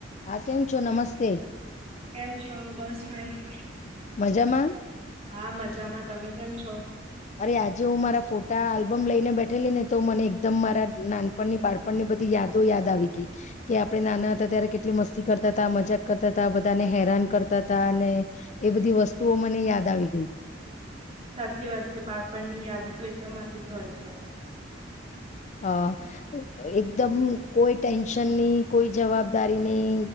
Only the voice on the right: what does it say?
કેમ છો, બસ ફાઈન.
હા મજામાં તમે કેમ છો,
સાચી વાત છે, બાળપણ ની યાદ તો એકદમ <unintelligible> છે.